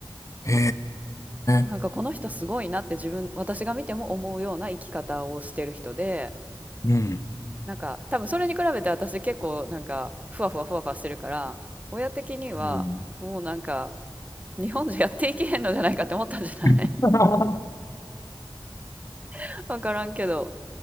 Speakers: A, on the left; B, on the right.
A: へ
B: なんかこの人すごいなって自分、
A: え。
B: 私が見ても思うような生き方をしてる人で、
A: うん。
B: なんか多分それに比べて私結構なんかふわふわふわふわしてるから、親的にはもうなんか
A: うん。
B: 日本じゃやっていけへんのじゃないかって思ったんじゃない
A: <laughs> あ
B: <laughs> わからんけど。